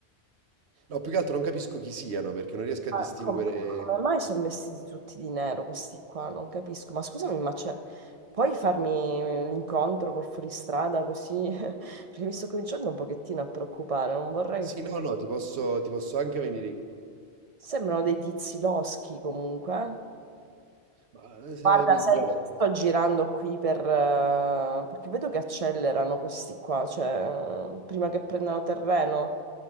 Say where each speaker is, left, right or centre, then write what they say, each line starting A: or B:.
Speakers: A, on the right; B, on the right.
A: No, più che altro non capisco chi siano perché non riesco
B: Ma
A: a distinguere.
B: com- come mai sono vestiti tutti di nero questi qua? Non capisco. Ma scusami, ma c'è... Puoi farmi l'incontro col fuoristrada così? <laughs> Perché mi sto cominciando un pochettino a preoccupare, non vorrei
A: Sì,
B: che... fosse-
A: no, no, ti posso, ti posso anche venire in...
B: Sembrano dei tizi loschi comunque. eh.
A: Ma eh, se
B: Guarda,
A: mi...
B: sai,
A: Guarda,
B: sto girando qui per... eh, perché vedo che accelerano questi qua, cioè eh, prima che prendano terreno.